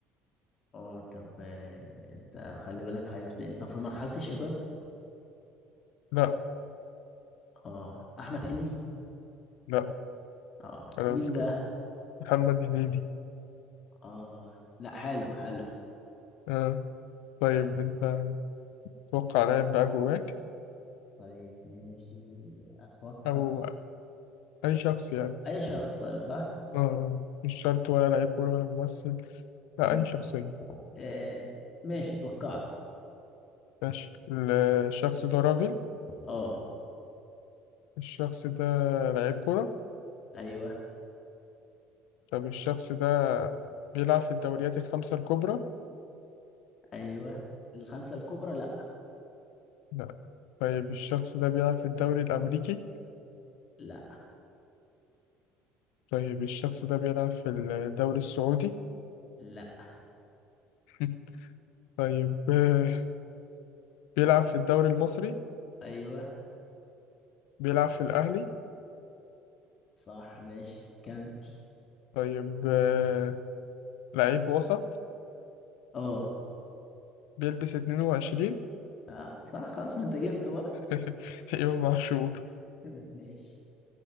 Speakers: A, on the left (about 40°); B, on the left (about 80°).
A: اه طب آه، انت خلي بالك حيرتني طب في مرحله الشباب
B: لا
A: اه احمد حلمي
B: لا
A: اه
B: خلاص
A: مين بقى
B: كده محمد هنيدي
A: اه لا حلو حلو
B: آه. طيب
A: حلو
B: انت توقع لاعب بقى جواك
A: طيب ماشي اتوقع
B: او اي شخص يعني
A: اي شخص صح
B: آه. مش شرط ولا لعيب كورة ولا ممثل لا
A: م.
B: اي شخصية
A: آه ماشي توقعت
B: ماشي ال- الشخص ده راجل
A: اه
B: الشخص ده لعيب كورة
A: ايوه
B: طب الشخص ده بيلعب في الدوريات الخمسة الكبرى
A: ايوه الخمسة الكبرى لا
B: لا طيب الشخص ده بيلعب في الدوري الأمريكي
A: لا
B: طيب الشخص ده بيلعب في الدوري السعودي
A: لا
B: <laughs> طيب آه، بيلعب في الدوري المصري
A: ايوه
B: بيلعب في الأهلي
A: صح ماشي كمل
B: طيب آه، لعيب وسط
A: اه
B: بيلبس 22
A: آه، صح خلاص ما انت جبت بقى
B: <laughs> إمام عاشور
A: <laughs> ماشي